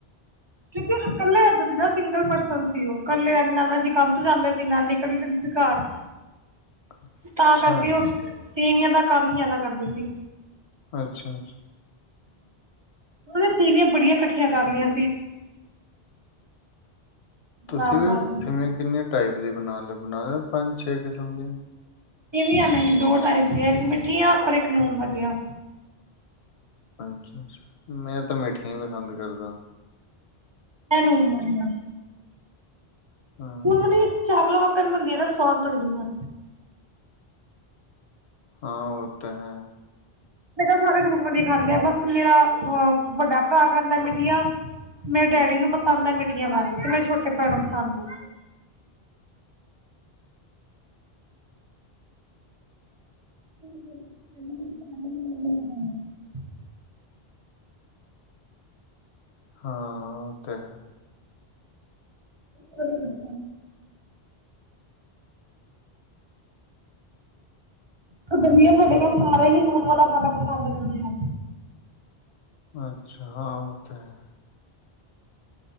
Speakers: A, on the right; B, on the left.
A: ਕਿਉਂਕਿ ਇਕੱਲੇ ਰਹਿੰਦੇ ਸੀ ਨਾ ਸਿੰਗਲ ਪਰਸਨ ਸੀ ਉਹ ਕੱਲੇ ਨਾਨਾ ਜੀ ਕੰਮ ਤੋਂ ਜਾਂਦੇ ਸੀ ਨਾਨੀ ਕੱਲੀ ਜਾਂਦੇ ਸੀ ਘਰ।
B: <inaudible>
A: ਤਾਂ
B: ਅੱਛਾ,
A: ਕਰਕੇ ਉਹ, ਸੇਵੀਆਂ ਦਾ ਕੰਮ ਈ ਜ਼ਿਆਦਾ ਕਰਦੇ ਸੀ।
B: ਅੱਛਾ।
A: ਉਹਨੇ ਸੇਵੀਆਂ ਬੜੀ ਇਕੱਠੀਆਂ ਕਰ ਲੀਆ ਸੀ।
B: ਤੁਸੀਂ
A: ਬਣਾ ਬਣਾ
B: ਵੀ
A: ਕੇ
B: ਸੇਵੀਆਂ ਕਿੰਨੇ ਟਾਈਪ ਦੀ ਬਣਾ ਲ ਬਣਾ ਲ ਪੰਜ ਛੇ ਕਿਸਮ ਦੀਆਂ।
A: ਸੇਵੀਆਂ ਨਹੀਂ ਦੋ ਟਾਈਪ ਦੀਆਂ ਇੱਕ ਮਿੱਠੀਆਂ ਔਰ ਇੱਕ ਨੂਨ ਵਾਲੀਆ।
B: ਅੱਛਾ ਅੱਛਾ ਮੈਂ ਤਾਂ ਮਿੱਠੀਆਂ ਈ ਪਸੰਦ ਕਰਦਾ।
A: ਮੈਂ ਨੂਣ ਵਾਲੀਆਂ
B: ਹੂੰ,
A: ਹੁਣ <unintelligible> ਚਾਵਲਾਂ ਪੱਕਣ ਬਣਦੀਆਂ ਨਾ ਸਵਾਦ ਲੱਗਦੀਆਂ।
B: ਹਾਂ ਓ ਤਾਂ ਹੈ।
A: ਇਹ ਤਾਂ ਸਾਰੇ ਨੂਣ ਵਾਲੀਆਂ ਖਾਂਦੇ ਆ ਬਸ ਮੇਰਾ ਅ ਵੱਡਾ ਭਰਾ ਖਾਂਦਾ ਮਿੱਠੀਆਂ ਮੇਰੇ ਡੈਡੀ ਨੂੰ ਪਸੰਦ ਐ ਮਿੱਠੀਆਂ ਬਸ ਤੇ ਮੇਰੇ ਛੋਟੇ ਭਰਾ ਨੂੰ ਪਸੰਦ ਐ। <unintelligible>
B: ਹਾਂ ਓ ਤੇ
A: <unintelligible> ਇੱਕ ਦਲੀਆ ਸਾਡੇ ਘਰ ਸਾਰੇ ਹੀ ਲੂਣ ਖਾਣਾ ਪਸੰਦ ਕਰਦੇ ਆ।
B: ਅੱਛਾ ਹਾਂ ਉਹ ਤਾਂ ਹੈ।